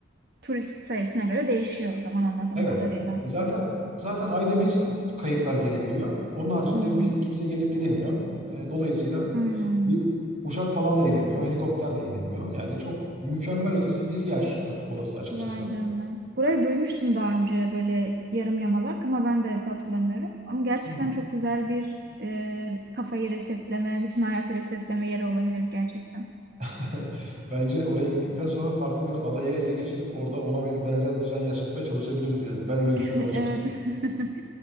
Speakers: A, on the right; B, on the right.
A: turist sayısına göre değişiyor o zaman anladığım
B: evet.
A: kadarıyla.
B: Zaten zaten ayda bir kayıtlar gelebiliyor. Onun haricinde
A: Hmm.
B: bir kimse gelip gidemiyor. Ee, dolayısıyla
A: Hmm.
B: bir uçak falan da inemiyor. Helikopter de inemiyor. Yani çok mükemmel ötesi bir yer or- orası açıkçası.
A: Vay canına. Burayı duymuştum daha önce böyle yarım yamalak ama ben de hatırlamıyorum. Ama gerçekten
B: Hı.
A: çok güzel bir e, kafayı resetleme, bütün hayatı resetleme yeri olabilir gerçekten.
B: <laughs> Bence oraya gittikten sonra farklı bir adayı ele geçirip orada ona bir benzer düzen yaşatmaya çalışabiliriz yani. Ben öyle
A: <laughs>
B: düşünüyorum açıkçası.
A: Evet. <laughs>